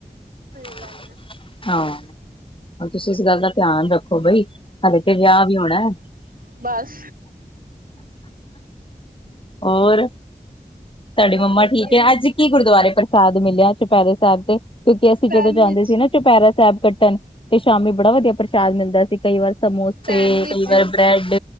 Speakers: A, on the right (about 60°); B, on the left (about 35°).
A: ਸਹੀ
B: <unintelligible>
A: ਗੱਲ ਹੈ
B: ਹਾਂ। ਤੁਸੀਂ ਇਸ ਗੱਲ ਦਾ ਧਿਆਨ ਰੱਖੋ ਬਈ। ਹਲੇ ਤੇ ਵਿਆਹ ਵੀ ਹੋਣਾ ਹੈ।
A: ਬਸ।
B: ਹੋਰ। ਤੁਹਾਡੀ
A: ਬਸ
B: ਮੰਮਾ
A: ਵਧੀਆ
B: ਠੀਕ ਹੈ। ਅੱਜ ਕੀ ਗੁਰਦੁਆਰੇ ਪ੍ਰਸ਼ਾਦ ਮਿਲਿਆ ਚੁਪਹਿਰੇ ਸਾਹਿਬ ਤੇਂ। ਕਿਉਂਕਿ ਅਸੀਂ
A: ਸੈਂਡਵਿਚ
B: ਜਦੋਂ ਜਾਂਦੇ ਸੀ। ਨਾਂ ਚੁਪਾਹਿਰਾ ਸਾਹਿਬ ਕੱਟਣ ਤੇ ਸ਼ਾਮੀ ਬੜਾ ਵਧੀਆ ਪ੍ਰਸ਼ਾਦ ਮਿਲਦਾ ਸੀ। ਕਈ ਵਾਰ ਸਮਮੋਸੇ
A: ਸੈਂਡਵਿਚ
B: ਕਈ ਵਾਰ। ਬ੍ਰੈਡ।